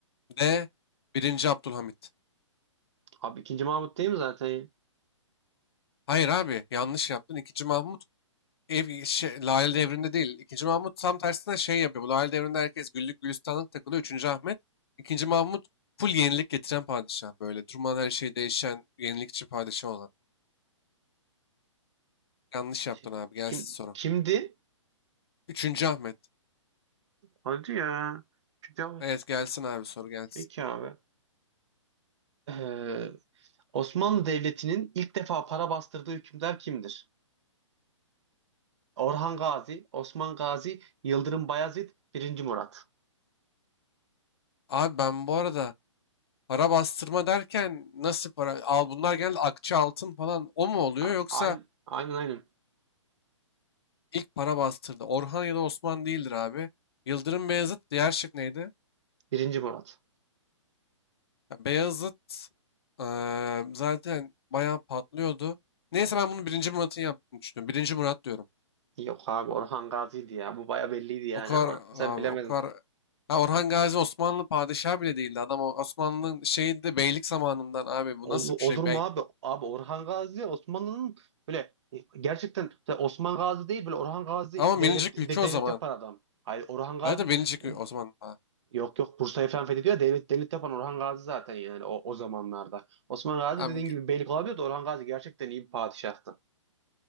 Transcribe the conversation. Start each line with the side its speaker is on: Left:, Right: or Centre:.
Left: D. Birinci Abdülhamit
Right: Abi ikinci Mahmut değil mi zaten?
Left: Hayır abi yanlış yaptın. 2. Mahmut ev, şey, Lale devrinde değil. 2. Mahmut tam tersine şey yapıyor. Bu Lale devrinde herkes güllük gülistanlık takılıyor. Üçüncü Ahmet 2. Mahmut full yenilik getiren padişah. Böyle durmadan her şey değişen yenilikçi padişah olan. Yanlış
Right: Şey,
Left: yaptın abi gelsin
Right: kim
Left: sonra.
Right: kimdi?
Left: Üçüncü Ahmet
Right: Hadi ya. İkinci Mahmut.
Left: Evet gelsin abi soru gelsin.
Right: Peki abi. Ee, Osmanlı Devleti'nin ilk defa para bastırdığı hükümdar kimdir? Orhan Gazi, Osman Gazi, Yıldırım Bayezid, Birinci Murat.
Left: Abi ben bu arada para bastırma derken nasıl para? Al bunlar genelde akçe altın falan o mu oluyor
Right: A-
Left: yoksa
Right: Aynen aynen. aynen.
Left: ilk para bastırdı. Orhan ya da Osman değildir abi. Yıldırım Beyazıt diğer şık neydi?
Right: Birinci Murat.
Left: Ya Beyazıt eee, zaten bayağı patlıyordu. Neyse ben bunu birinci Murat'ın yaptığını düşünüyorum. Birinci Murat diyorum.
Right: Yok abi Orhan Gazi'ydi ya. Bu baya belliydi yani
Left: O kadar
Right: ama sen
Left: abi
Right: bilemedin.
Left: o kadar Ha, Orhan Gazi Osmanlı padişahı bile değildi. Adam o Osmanlı'nın şeyi de beylik zamanından abi bu
Right: Ol-
Left: nasıl bir
Right: olur
Left: şey?
Right: mu
Left: Bey
Right: abi? Abi Orhan Gazi Osmanlı'nın böyle e, gerçekten mesela Osman Gazi değil böyle Orhan Gazi
Left: Ama
Right: devlet
Left: minicik
Right: de-
Left: ülke o
Right: devlet
Left: zaman.
Right: yapan adam. Hayır Orhan Gazi
Left: Hayır da minicik
Right: e,
Left: ül- o zaman. Ha.
Right: yok yok Bursa'yı falan fethediyor ya, devlet devlet yapan Orhan Gazi zaten yani o, o zamanlarda. Osman Gazi
Left: Hem
Right: dediğin
Left: ge-
Right: gibi beylik olabilir de Orhan Gazi gerçekten iyi bir padişahtı.